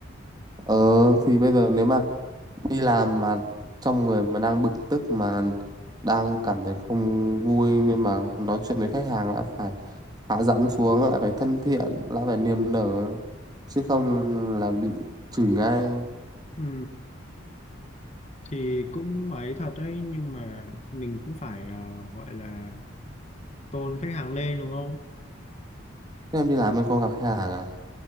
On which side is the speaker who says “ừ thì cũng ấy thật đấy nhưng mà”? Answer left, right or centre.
Left